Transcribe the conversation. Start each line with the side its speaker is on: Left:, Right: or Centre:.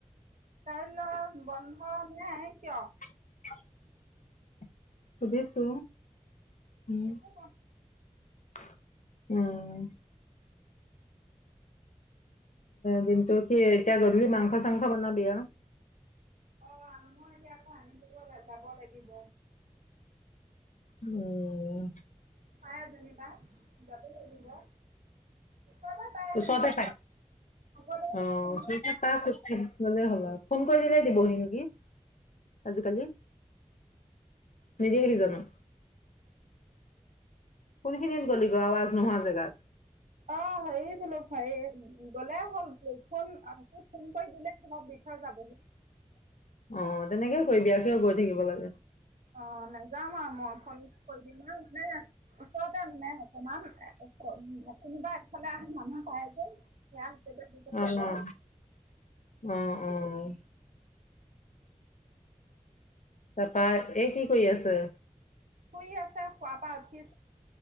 Right: কাইলৈ বন্ধ নাই কিয়
Left: <unintelligible> সজেইছো হম
Right: একো বন্ধ
Left: । উম দমটো কি গধূলি মাংখা চাংখা বনাবি আৰু
Right: অ মই এতিয়ানো । ক যাব লাগিব
Left: উম
Right: পাই যেনিবা যাব লাগিব ওচৰতে পায়
Left: ত
Right: যেনিবা
Left: সতে
Right: যাব নগলেও
Left: অ
Right: ফোনটো
Left: সতে খ লে হ'ল ফোন কৰি দিলে দিবহি নেকি আজিকালি নিদিয়েহি জানো কোনখিনিত গ'লিগৈ আৱাজ নোহোৱা জেগাত
Right: অ হেৰি বো ভাই গ'লে হ'ল ফোন আক ফোন কৈ দিলাক অলপ বিষৰ যাবহি
Left: অ তেনেকে কৰি দিয় সে গৈ থাকিব লাগে
Right: অ যাম আৰু মই ফোন কৰি দিম আৰু মানে ওচৰতে মানে অকমান কোনোবা ফালে আ মানুহ পাই যে আছে সেয়া হাততে কি
Left: লাগে
Right: কাব
Left: অ অ', অ', তাৰপা এ কি কৰি আছে
Right: শুই আছে শোৱা পা উঠি